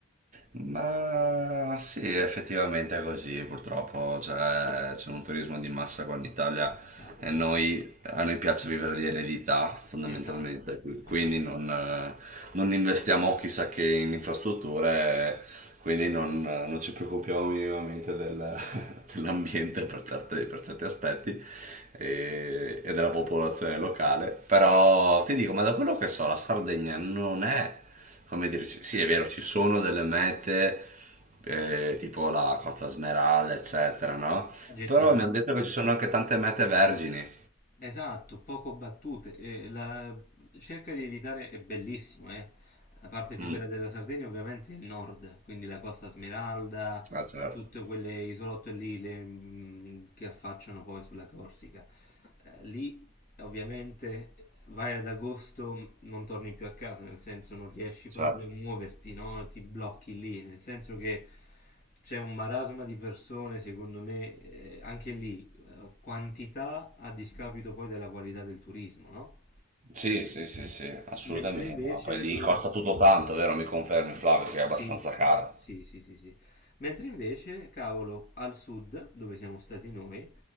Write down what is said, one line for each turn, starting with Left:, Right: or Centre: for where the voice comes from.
Right: Ma sì, effettivamente è così, purtroppo cioè, c'è un turismo di massa qua in Italia
Left: Esatto,
Right: e noi- a noi piace vivere di eredità fondamentalmente,
Left: esatto,
Right: qui- quindi
Left: esatto.
Right: non, eh, non investiamo chissà che in infrastrutture, quindi non, non ci preoccupiamo minimamente del- <laughs> dell'ambiente per certe- per certi aspetti e, e della popolazione locale, però ti dico, ma da quello che so, la Sardegna non è come dire, sì sì, è vero, ci sono delle mete eh, tipo la Costa Smeralda, eccetera, no?
Left: Gettonati.
Right: Però mi hanno detto che ci sono anche tante mete vergini.
Left: Esatto, poco battute. e la- Cerca di evitare, è bellissimo, eh. La parte più
Right: Mm.
Left: bella della Sardegna ovviamente è il nord, quindi la Costa Smeralda,
Right: Ah, certo,
Left: tutte quelle isolotte lì le- mm, che affacciano poi sulla Corsica. Eh, lì ovviamente vai ad agosto, m, non torni più a casa, nel senso non riesci
Right: certo.
Left: proprio a muoverti, no? Ti blocchi lì, nel senso che c'è un marasma di persone, secondo me, eh, anche lì eh, quantità a discapito poi della qualità del turismo, no?
Right: Sì, sì, sì, sì, assolutamente.
Left: Mentre invece
Right: Ma poi lì
Left: dove...
Right: costa tutto tanto, vero? Mi confermi, Flavio, che è abbastanza
Left: Sì,
Right: caro.
Left: sì, sì, sì, sì. Mentre invece, cavolo, al sud, dove siamo stati noi,